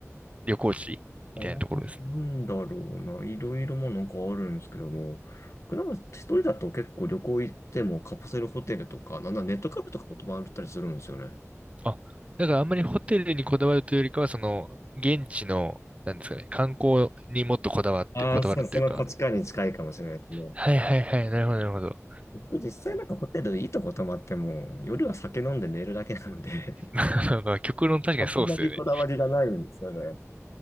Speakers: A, on the right; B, on the left.
A: 旅行地みたいなところですね。
B: あーなんだろうな。いろいろもうなんかあるんですけども、僕なんか一人だと結構旅行行ってもカプセルホテルとか、なんならネットカフェとかも泊まったりするんですよね。
A: あ、だからあんまりホテルにこだわるというよりかは、その、現地の、なんですかね、観光にもっとこだわって、
B: まさにその価値観に近いかもしれないですね。
A: こだわるというか、はいはいはい、なるほど、なるほど。
B: 僕実際なんかホテルいいとこ泊まっても、夜は酒飲んで寝るだけなので <laughs>
A: <laughs> なんか、極論確かにそうっすよね。
B: あんまりこだわりがないんですよね。